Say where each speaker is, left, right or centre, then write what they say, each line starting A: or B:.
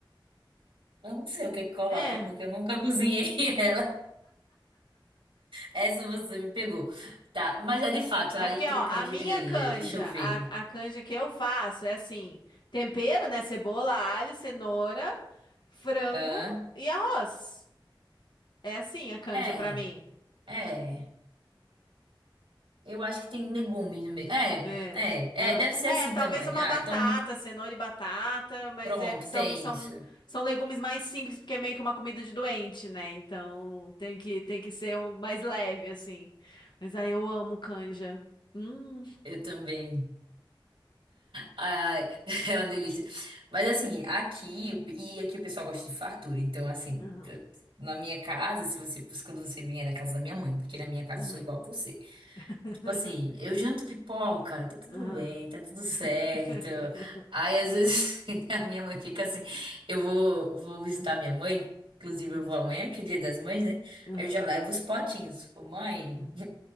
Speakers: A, on the right; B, on the left.
A: eu não sei o que que coloca,
B: É.
A: porque eu nunca <laughs> cozinhei ela. Essa você me pegou. Tá, mas é de fato, aí
B: É porque,
A: tem
B: ó,
A: canja
B: a minha
A: de galinha.
B: canja,
A: Deixa eu ver.
B: a, a canja que eu faço é assim: tempero, né? Cebola, alho, cenoura, frango
A: Hã?
B: e arroz. É assim a canja
A: É,
B: pra mim.
A: é. Eu acho que tem legumes no meio. É,
B: É.
A: é,
B: aham.
A: é, deve ser
B: É,
A: assim
B: talvez
A: também.
B: uma
A: Ah,
B: batata,
A: então
B: cenoura e batata, mas
A: pronto,
B: é, são,
A: tem
B: são,
A: isso.
B: são legumes mais simples, porque é meio que uma comida de doente, né? Então tem que, tem que ser um mais leve, assim. Mas aí eu amo canja. Hum.
A: Eu também. Ai, <laughs> é uma delícia. Mas assim, aqui, e aqui o pessoal gosta de fartura. Então, assim,
B: Uhum.
A: na minha casa, se você, quando você vier na casa da minha mãe, porque na minha casa
B: Uhum.
A: eu sou igual a você.
B: <laughs>
A: Tipo assim, eu janto pipoca, tá tudo
B: Uhum.
A: bem, tá tudo certo.
B: <laughs>
A: Aí, às vezes, <laughs> a minha mãe fica assim, eu vou, vou visitar
B: Uhum.
A: minha mãe, inclusive
B: Uhum.
A: eu vou amanhã, que é dia das mães, né?
B: Uhum.
A: Eu já levo os potinhos. Ô, mãe.
B: Uhum.